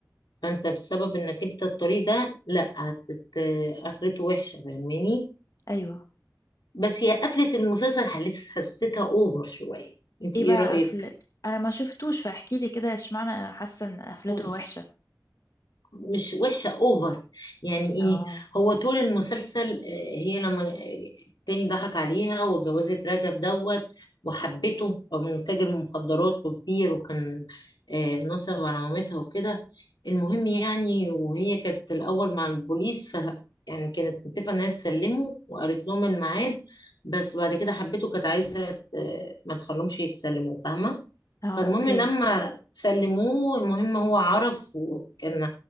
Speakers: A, on the left; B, on the left.
A: فانت بسبب انك انت الطريق ده لا هتت... اخرته وحشة فاهماني
B: ايوه
A: بس هي قفلة المسلسل حليت- حسيتها اوفر شوية انت
B: ايه
A: ايه
B: بقى
A: رأيك؟
B: قفلت انا ما شفتوش فاحكي لي كده اشمعنى حاسه ان قفلته
A: بص
B: وحشه
A: مش وحشة اوفر يعني ايه
B: اه
A: هو طول المسلسل آه، هي لما التاني ضحك عليها واتجوزت رجب دوت وحبته رغم انه تاجر مخدرات وكبير وكان آه، نصب على مامتها وكده المهم يعني وهي كانت الأول مع البوليس ف يعني كانت متفقة إنها تسلمه وقالت لهم الميعاد بس بعد كده حبته كانت عايزة آه، ما تخلهمش يتسلموا فاهمة
B: اه
A: فالمهم
B: اوكي
A: لما سلموه المهم هو عرف وكان